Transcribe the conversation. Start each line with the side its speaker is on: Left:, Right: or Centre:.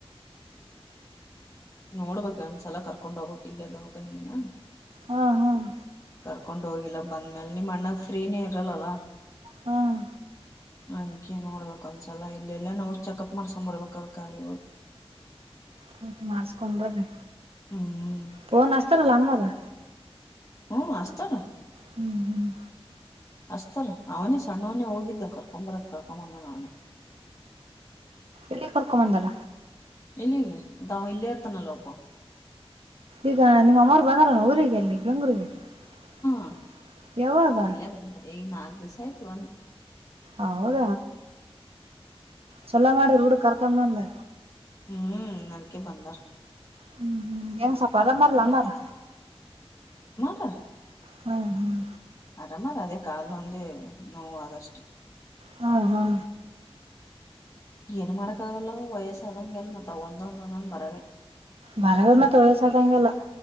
Left: ನೋಡ್ಬಕ್ ಒಂದ್ಸಲ ಕರ್ಕೊಂಡ್ ಹೋಗ್ಕ್ ಇಲ್ಲ ಅದ ಅವಕನಗನ
Right: ಹ್ಮ್ ಹ್ಮ್
Left: ಕರ್ಕೊಂಡ್ ಹೋಗಿಲ್ಲ ಬಂದ್ಮೇಲೆ ನಿಮ್ ಅಣ್ಣಾಗ ಫ್ರೀನೇ ಇರಲ್ಲಲ್ಲ
Right: ಹ್ಮ್
Left: ಅದಕ್ಕೆ ನೋಡ್ಬೇಕು ಒಂದ್ಸಲ ಇಲ್ಲೆಲ್ಲಾನಾ ಚೆಕಪ್ ಮಾಡ್ಸ್ಕೊಂಬರ್ಬೇಕದ ಖಾಲಿ
Right: ಹ ಮಾಡ್ಸ್ಕೋ ಬರ್ರಿ
Left: ಹ್ಮ್
Right: ಫನ್ತಾರ ಲಂಬ ಹಾ
Left: ಹ್ಮ್ ಅಷ್ಟರ
Right: ಹ್ಮ್ ಹ್ಮ್
Left: ಅಸ್ತರ್ ಅವನೇ ಸಣ್ಣವನೇ ಹೋಗಿದ್ದ ಕರ್ಕೊ ಬರಕ್ ಕರ್ಕೊ ಬಂದಾನ ಅವನೇ
Right: ಎಲ್ಲಿಗ್ ಕರ್ಕೋ ಬಂದಾರ
Left: ಇಲ್ಲ ಇಲ್ಲ ಅದ ಅವ ಇಲ್ಲ ಇರ್ತಾನಲ್ಲ ಒಬ್ಬ
Right: ಈಗ ನಿಮ್ಮ ಅಮ್ಮರು ಬಂದಾರಾನ ಊರಿಗೆ ಅಲ್ಲಿ <unintelligible>
Left: ಹ
Right: ಯಾವಾಗ
Left: ಇಲ್ಲೇ ಬಂದಾರೆ ಈಗ ನಾಲ್ಕ್ ದಿಸ ಥೈಟ್ ಒನ್
Right: ಹೌದ ಚಲ್ಲೋ ಮಾಡಿದ್ರರು ನೋಡ ಕರ್ಕೊಂಡ ಅವ್ನ
Left: ಹ್ಮ್ ಅದಕೆ ಬಂದಾರ
Right: ಹ್ಮ್ ಹ್ಮ್ ಎ ಸ್ವಲ್ಪ್ ಆರಾಮ್ ಹಾರಲ ಅಮ್ಮರ್
Left: ಖಾ
Right: ಹ್ಮ್ ಹ್ಮ್
Left: ಆರಾಮ್ ಆದ ಅದೇ ಕಾಲ ಒಂದೇ ನೋವು ಅದಷ್ಟೇ
Right: ಹ್ಮ ಹ್ಮ
Left: ಏನು ಮಾಡಕ್ಕಾಗಲ ಅವು ವಯಸ್ಸಾದಂಗೆಲ್ ಮತ್ ಒಂದೊಂದೊಂದ ಬರವೆ
Right: ಬರವೆ ಮತ್ ವಯಸಾಗಂಗೆಲ್ಲಾ